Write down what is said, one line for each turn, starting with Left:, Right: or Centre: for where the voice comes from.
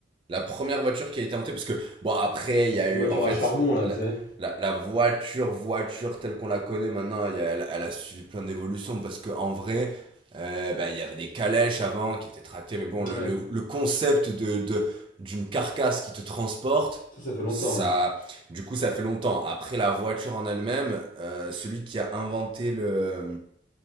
Right: La première voiture qui a été inventée, parce que, bon, après, il
Left: C'était
Right: y a eu,
Left: des voitures
Right: en fait,
Left: à charbon, là,
Right: la,
Left: tu sais.
Right: la, la voiture, voiture telle qu'on la connaît maintenant, il y a- elle, elle a suivi plein d'évolutions, parce que en vrai, euh, bah, il y avait des calèches avant qui étaient tractées, mais bon,
Left: Ouais.
Right: le, le, le concept de, de, d'une carcasse qui te transporte,
Left: Ça, ça fait longtemps,
Right: ça,
Left: ouais.
Right: du coup, ça fait longtemps. Après, la voiture en elle-même, euh, celui qui a inventé le, euh,